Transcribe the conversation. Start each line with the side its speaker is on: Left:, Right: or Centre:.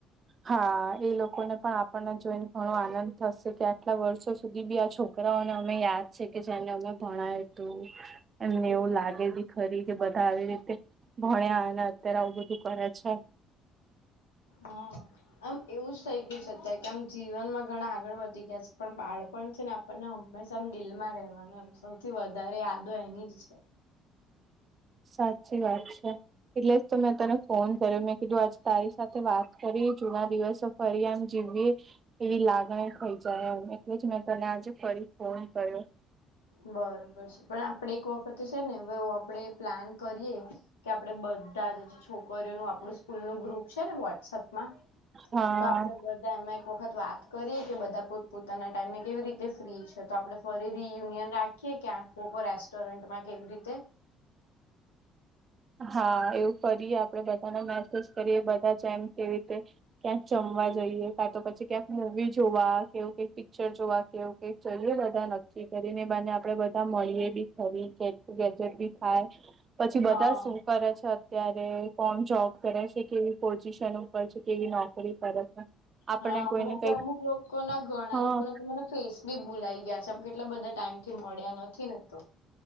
Right: હા એ લોકોને પણ આપણને જોઈને ઘણો આનંદ થશે કે આટલા વર્ષો સુધી બી આ છો. છોકરાઓને અમે યાદ છે કે જેને અમે ભણાય તુ એમને
Left: હા
Right: એવું લાગે બ ખરી કે બધા આવી રીતે ભણ્યા અને અત્યારે આવું બધું કરે છે.
Left: હા આમ એવું જ થઈ ગયું શક કે આમ જીવનમાં ઘણા આગળ વધી ગયા છે પણ બાળપણ છે ને પણ હંમેશામ દિલ માં રહેવાનુંમ સૌથી વધારે યાદો એની જ છે.
Right: સાચી વાત છે. એટલે જ તો મેં તને ફોન કર્યો મેં કીધું આજે તારી સાથે વાત કરી જૂના દિવસો કરી આમ જીવી એવી લાગણી થઈ જાય એું એટલે જ મેં તને આજે ફરી ફોન કર્યો
Left: બરોબર છે પણ આપડે એક વખતે છે ને આપણે પ્લાન કરીએ કે આપણેે બધા જ જે છોકરીઓનું આપણું સ્કૂલ નું ગ્રુપ છે ને વોટ્સઅપમાં
Right: હા
Left: તો આપડે બધ બ એમાં એક વખત વાત કરીએ કે બધા પો પોતાના ટાઈમે કેવી રીતે ફ્રી છે, તો આપડણે ફરી રિયુનિયન રાખીએ કે્યાં કો કો રેસ્ટોરન્ટમાં કેવી રીતે
Right: હા એવું કરીએ આપડે બધાને મેસેજ કરીએ બધા જ એમ કેવી રીતે ક્યાંક જમવા જઈએ કા તો પછી ક્યાંક મુૂવી જોવા કેવું કઈક પિક્ચર જોવા કેવું કઈક ચલીએ બધા નક્કી કરીને બને આપડે બધા મળીએ બી ખરી ગેજેટ બી થાય પછી બધા
Left: હા
Right: શું કરે છે અત્યારે કોણ જોબ કરે છે કેવી પો એનું પ છે કેવી નોકરી કરે છે. આપણે
Left: હા
Right: કોઈને
Left: મતબ તો
Right: કઈક
Left: અમુક લોકો ના ઘણા
Right: હા
Left: લોકો ના તો મ ફેસ બી ભૂલાઈ ગયા છેમ કેટલા બધા ટાઈમ થી મળ્યા નથી ને તો